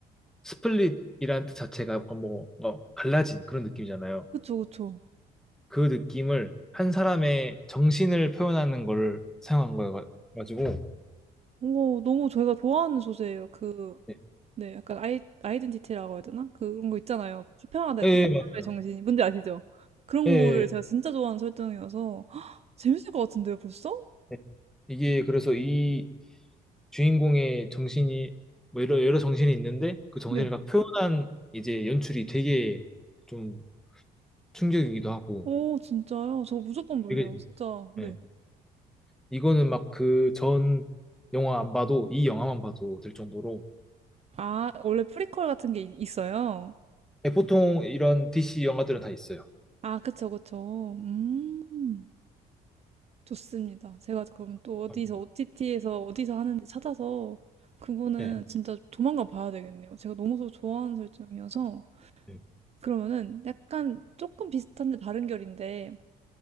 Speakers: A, in the centre; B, on the right (about 40°).
A: 스플릿이라는 뜻 자체가 약간 뭐, 뭔가 갈라진 그런 느낌이잖아요.
B: 그쵸, 그쵸.
A: 그 느낌을 한 사람의 정신을 표현하는 걸 사용한 거여가지고,
B: 오, 너무 저희가 좋아하는 소재예요. 그,
A: 네.
B: 네, 약간 아이, 아이덴티티라고 해야 되나? 그런 거 있잖아요. 수편화되는
A: 예, 예,
B: 거, 사람의
A: 맞-
B: 정신이. 뭔지 아시죠? 그런
A: 예, 예,
B: 거를
A: 예.
B: 제가 진짜 좋아하는 설정이어서 <gasps> 헉, 재밌을 것 같은데요, 벌써?
A: 네. 이게 그래서 이 주인공의 정신이, 뭐 여러, 여러 정신이 있는데, 그 정신을
B: 네.
A: 다 표현한 이제 연출이 되게 좀 충격이기도 하고,
B: 오, 진짜요? 저 무조건 볼래요,
A: 되게,
B: 진짜. 네.
A: 예. 이거는 막 그 전 영화 안 봐도 이 영화만 봐도 될 정도로
B: 아, 원래 프리퀄 같은 게 이- 있어요?
A: 예, 보통 이런 DC 영화들은 다 있어요.
B: 아, 그쵸, 그쵸. 음, 좋습니다. 제가 그러면 또
A: 네,
B: 어디서,
A: 감사합니다.
B: OTT에서 어디서 하는지 찾아서 그거는
A: 네.
B: 진짜 조만간 봐야 되겠네요. 제가 너무 저- 좋아하는 설정이어서.
A: 네.
B: 그러면은 약간 조금 비슷한데 다른 결인데